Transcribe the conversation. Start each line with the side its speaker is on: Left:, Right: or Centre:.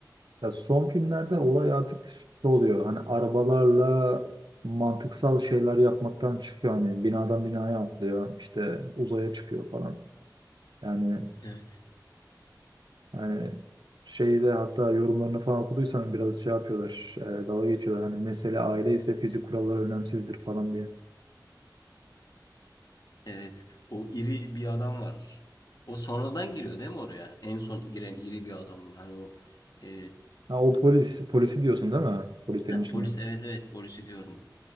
Right: Ya son filmlerde olay artık şu oluyor. Hani arabalarla mantıksal şeyler yapmaktan çıkıyor. Hani binadan binaya atlıyor. işte uzaya çıkıyor falan. Yani
Left: Evet.
Right: Yani şeyle hatta yorumlarını falan okuduysan biraz şey yapıyorlar. E, dalga geçiyorlar. Hani mesele aile ise fizik kuralları önemsizdir falan diye.
Left: Evet, o iri bir adam var. O sonradan giriyor değil mi oraya? En son giren iri bir adam. Yani o e,
Right: Ha, o polis, polisi diyorsun değil mi? Polislerin
Left: ha,
Right: içinde.
Left: polis evet evet polisi diyorum.